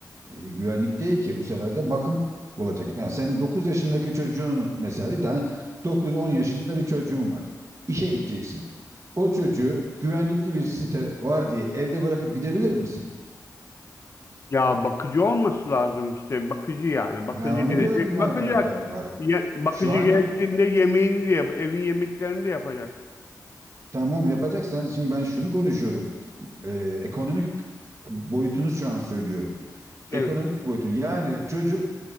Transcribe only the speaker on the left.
Ya bakıcı olması lazım işte bakıcı yani bakıcı
gelecek
bakacak
ya- bakıcı
gerektiğinde yemeğini de yap evin yemeklerini de yapacak
evet